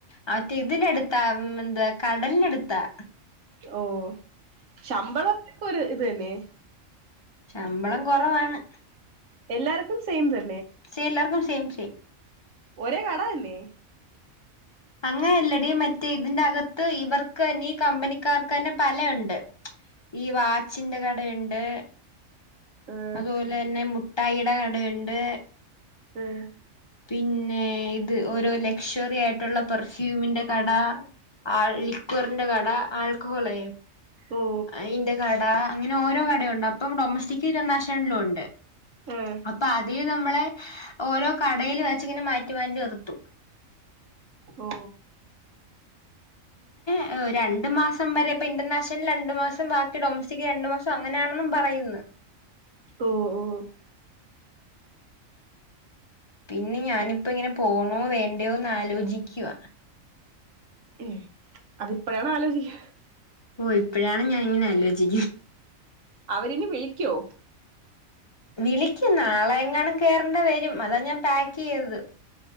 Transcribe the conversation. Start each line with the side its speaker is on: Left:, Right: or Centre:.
Left: മറ്റേ ഇതിന ടുത്താ എന്താ കടലിന ടുത്താ
Right: ഓ ശമ്പളം ഒര് ഇ തന്നെ
Left: ശമ്പളം കൊറവാണ്
Right: എല്ലാർക്കും സേം സ്
Left: ശെ എല്ലാർക്കും ശേം ശേം
Right: ഒരേ കട അല്ലെ
Left: അങ്ങന അല്ലടി മറ്റേ ഇതിന്റെ അകത്ത് ഇവർക്ക് തന്നെ ഈ കമ്പനിക്കാർക്ക ന്നെ പല ഇണ്ട് ഈ വാച്ചിന്റെ കടെ ഇണ്ട്
Right: ആഹ്
Left: അതുപോലെ ന്നെ മു ഠായിടെ കടെ ഇണ്ട്
Right: എഹ്
Left: പിന്നെ ഇ ത് ഓരോ ലക്ഷ്വറി ആയിട്ടുള്ള പെർ ഫ്യൂമിന്റെ കട ആ ലിക്വറ്ന്റെ കട ആൾക്കൊഹോളേ
Right: ഓ
Left: അയിൻ്റെ കട അങ്ങനെ ഓരോ കട ഉണ്ട് അപ്പം ഡൊമസ്റ്റിക് ഇന്റർനാഷണലിലും ഉണ്ട്
Right: ആഹ്
Left: അപ്പൊ ആദ്യേ നമ്മള് ഓരോ കടേല് വെച്ചിങ്ങനെ മാറ്റി മാറ്റി നിർത്തും
Right: ഓ
Left: എഹ് ഒര രണ്ട് മാസം വരെ ഇപ്പ ഇന്റർനാഷണൽ രണ്ടു മാസം ബാക്കി ഡൊമസ്റ്റിക് രണ്ടു മാസം അങ്ങനെയാണെന്നും പറയുന്ന്
Right: ഓ ഓ
Left: പിന്നെ ഞാനിപ്പങ്ങനെ പോണോ വേണ്ടയോന്നലോചിക്ക്വ
Right: ഉം അതിപ്പോഴാണോ ആലോചിക്ക
Left: ഓ ഇപ്പഴാണ് ഞാനിങ്ങനെ ആലോചി
Right: അവരിനി വിളിക്കോ
Left: വിളിക്കു നാളെ എങ്ങാണും കേറണ്ടെ വരും അതാ ഞാൻ പാകൈതത്